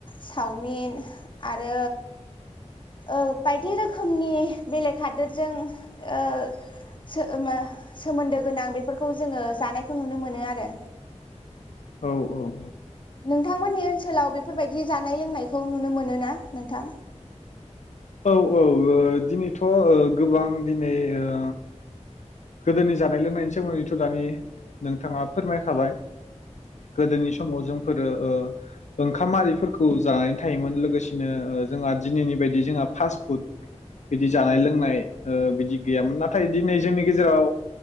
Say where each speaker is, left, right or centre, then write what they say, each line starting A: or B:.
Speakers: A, on the left (about 40°); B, on the left (about 70°).
A: चावमिन आरो औ बायदि रोखोमनि बेलेग हादोरजों ओ सोमो-सोमोन्दो गोनां बेफोरखौ जोङो जानायखौ नुनो मोनो आरो
B: औ औ औ
A: नोंथांमोननि ओनसोलाव बेफोरबायदि जानाय लोंनायखौ नुनो मोनो ना नोंथां?
B: औ औ ओ दिनैथ' ओ गोबां दिनै ओ गोदोनि जानाय लोंनायनि सोमोन्दैथ' दानि नोंथाङा फोरमायखाबाय गोदोनि समाव जोंफोरो ओ ओंखाम आरिफोरखौ जानानै थायोमोन लोगोसेनो जोंहा दिनैनि बायदि जोंहा फास्ट फुड बिदि जानाय लोंनाय ओ बिदि गैयामोन नाथाय दिनै जोंनि गेजेराव